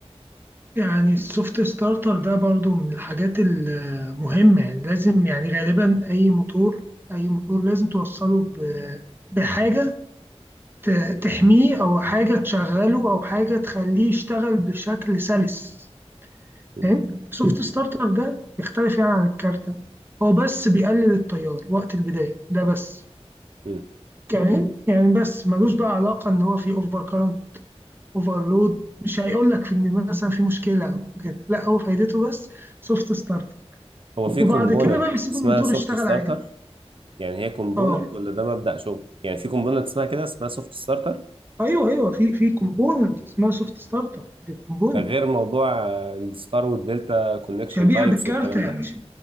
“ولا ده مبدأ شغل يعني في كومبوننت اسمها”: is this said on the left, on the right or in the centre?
Right